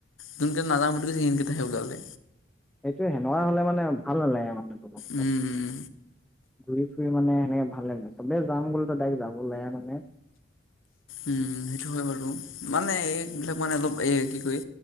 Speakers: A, on the left; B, in the centre.
A: যোনকেইটা নাযাওঁতে যে সেইকেইটাে ওলালে
B: এইেইটো হেনো হলে মানে ভাল নালাগে মানে তোমাৰ
A: উম উম
B: ঘূৰি ফুৰি মানে সেনেকে ভাল লাগে চবে যাম গ'লেতোাইক যাব লে মানে
A: উম সেইটো হয় বাৰু মানে এইবিলাক মানে অলপ এই কি কৰি